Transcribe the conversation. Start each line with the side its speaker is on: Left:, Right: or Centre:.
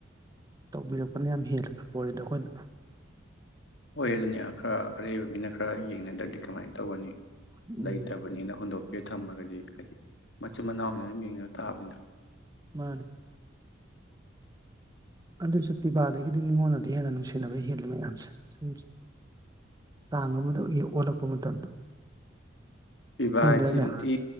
Right: ꯇꯧꯕꯤꯔꯛꯄꯅ ꯌꯥꯝ ꯍꯦꯜꯂꯤ ꯄꯣꯠꯅꯤꯗ ꯑꯩꯈꯣꯏꯗ
Left: ꯍꯣꯏ ꯑꯗꯨꯅꯦ ꯈꯔ ꯑꯔꯩꯕ ꯃꯤꯅ ꯈꯔ ꯌꯦꯡꯅꯗꯗꯤ ꯀꯃꯥꯏ ꯇꯧꯒꯅꯤ
Right: ꯎꯝ
Left: ꯂꯩꯇꯕꯅꯤꯅ ꯍꯨꯟꯗꯣꯛ ꯑꯩꯗ ꯊꯝꯃꯒꯗꯤ ꯍꯥꯏꯗꯤ ꯃꯆꯤꯟ ꯃꯅꯥꯎꯅꯤ ꯑꯗꯨꯝ ꯌꯦꯡꯅꯕ ꯇꯥꯕꯅꯤꯗ
Right: ꯃꯥꯅꯦ ꯑꯗꯨꯁꯨ ꯄꯤꯕꯥꯗꯒꯤꯗꯤ ꯅꯤꯡꯉꯣꯟꯅꯗꯤ ꯍꯦꯟꯅ ꯅꯨꯡꯁꯤꯅꯕ ꯍꯦꯜꯜꯂꯦ ꯃꯌꯥꯝꯁꯦ ꯁꯨꯝ ꯆꯥꯡ ꯑꯃꯗ ꯑꯩꯒꯤ ꯑꯣꯜꯂꯛ ꯄꯨ ꯃꯇꯝꯗ
Left: ꯄꯤꯕ
Right: ꯍꯦꯟꯗ꯭ꯔꯅꯦ
Left: ꯍꯥꯏꯁꯤ ꯅꯨꯡꯇꯤ